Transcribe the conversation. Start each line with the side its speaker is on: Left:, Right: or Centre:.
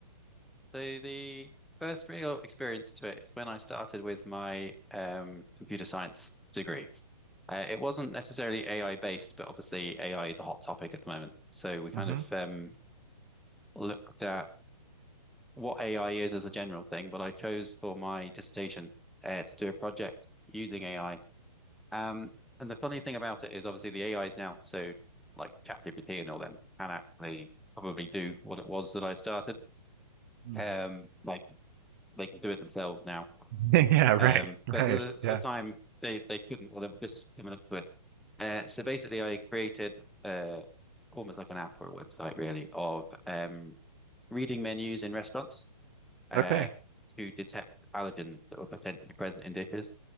Centre: So the first real experience to it is when I started with my um, computer science degree. Uh, it wasn't necessarily AI based, but obviously AI is a hot topic at the moment. So we kind
Right: hmm
Centre: of um, looked at what AI is as a general thing, but I chose for my dissertation uh, to do a project using AI. Um, and the funny thing about it is obviously the A is now, so like ChatGPT and all them, can actually probably do what it was that I started.
Right: <laughs>
Centre: Um, like they can do it themselves now.
Right: Yeah. Right.
Centre: Um, but
Right: Right.
Centre: at the,
Right: Yeah.
Centre: time, they, they couldn't, well, they were just coming up to it. Uh, so basically, I created uh, almost like an app or a website, really, of um, reading menus in restaurants uh,
Right: Okay.
Centre: to detect allergens that were potentially present in dishes.